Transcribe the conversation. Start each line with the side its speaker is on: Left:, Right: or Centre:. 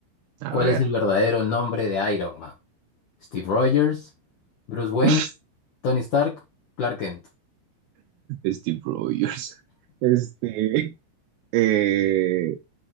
Right: A
Left: ¿Cuál
Right: ver,
Left: es el verdadero nombre de Iron Man? ¿Steve Rogers? ¿Bruce Wayne?
Right: <laughs>
Left: ¿Tony Stark? ¿Clark Kent?
Right: Steve Rogers. Este. Eh...